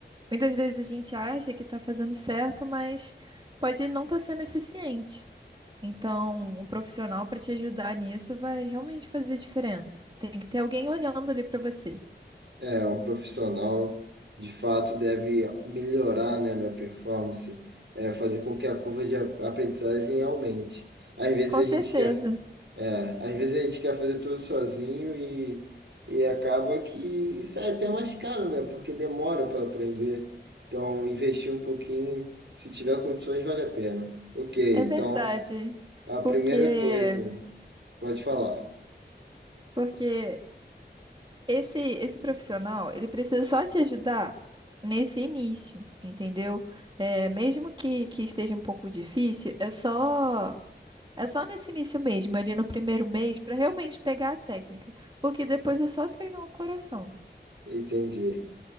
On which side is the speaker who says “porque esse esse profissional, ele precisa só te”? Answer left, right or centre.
Right